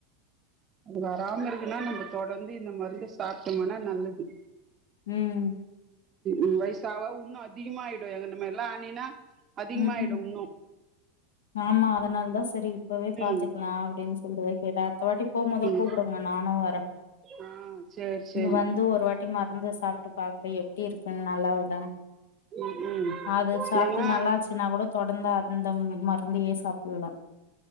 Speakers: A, on the right (about 30°); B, on the left (about 70°).
A: அது வராம இருக்குன்னா நம்ப தொடர்ந்து இந்த மருந்து சாப்ட்டோமானா நல்லது
B: ம்
A: உ வயசாவ உன்னு அதிகமாயிடு எங்க நம்ம எல்லா ஆனினா அதிகமாயிடு
B: ம் ம்
A: உன்னு
B: ஆமா அதனால தா சரி இப்பவே பாத்துக்கலா
A: ம்
B: அப்டின்னு சொல்ற வை <unintelligible> அடுத்த வாட்டி போகும்போது
A: ம்
B: கூப்பிடுங்க நானு வரே
A: ஆ சேரி சேரி
B: ங்க வந்து ஒரு வாட்டி மருந்து சாப் ட்டு பாக்குறே எப்டி இருக்குன்னு நல்லாவுதானு
A: ம் ம்
B: அது சாப்பிட்டு
A: ஏன்னா
B: நல்லா இச்சுன்னா கூட தொடர்ந்து அந்த மருந்தையே சாப்பிடலா